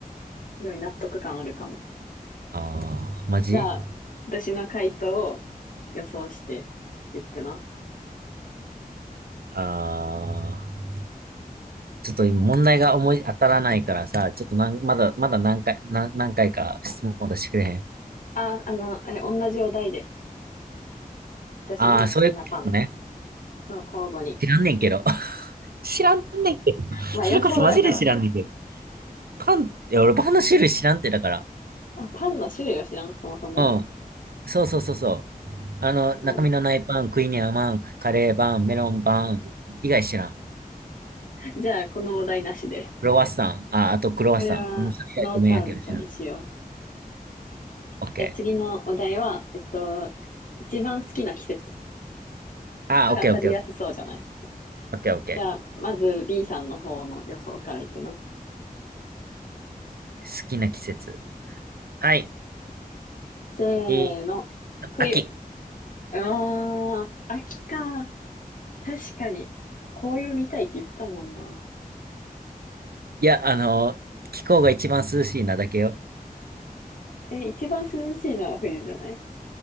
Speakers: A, on the left; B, on the right.
A: すごい納得感あるかも。
B: ああ、マジ
A: じゃあ、私の回答を予想して言ってな。
B: ああー、ちょっと今問題が思い当たらないからさ、ちょっとなん、まだ、まだ何回、何、何回か質問出してくれへん。
A: あ、あの、あれ、同じお題で。私の好きなパン。
B: ああ、そういうことね。
A: そう、交互に。
B: 知らんねんけど。<laughs> 知らんねんけど。<laughs>
A: まあ予想やから。
B: それこそマジで知らんねんけど。パン、いや、俺パンの種類知らんってだから。
A: あ、パンの種類を知らん、そもそも。
B: うん。そうそうそうそう。あの、
A: あ、
B: 中身のないパン、クイニャマン、カレーパン、メロンパン、以外知らん。
A: じゃあ、このお題なしで。
B: クロワッサン、あ、あとクロワッサン。
A: これは、
B: うん、それ以外ごめんやけど知らん。
A: ノーカウントにしよう。
B: オッケー。
A: じゃあ、次のお題は、えっと、一番好きな季節。
B: あ、
A: これ当たりやすそうじゃない
B: オッケーオッケーオッケー。オッケーオッケ
A: じゃあ、まず B さんの方の予想からいくの
B: ー。好きな季節。はい。
A: せーの、
B: えーと、
A: 冬。
B: 秋。
A: ああ、秋か。確かに。紅葉見たいって言ってたもんな。
B: いや、あの、気候が一番涼しいなだけよ。
A: え、一番涼しいのは冬じゃない